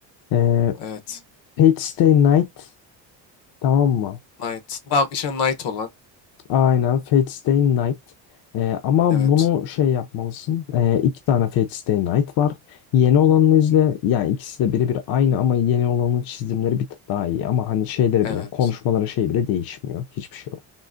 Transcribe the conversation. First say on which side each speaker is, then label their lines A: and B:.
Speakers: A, on the left (about 60°); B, on the left (about 75°).
A: Ee,
B: Evet.
A: Fate Stay Night tamam mı?
B: Knight. Tamam işte Knight olan.
A: Aynen Fate Stay Night. Ee, ama
B: Evet.
A: bunu şey yapmalısın. Ee, iki tane Fate Stay Night var. Yeni olanını izle. Yani ikisi de birebir aynı ama yeni olanın çizimleri bir tık daha iyi. Ama hani şeyleri
B: Evet.
A: bile, konuşmaları şey bile değişmiyor. Hiçbir şey yok.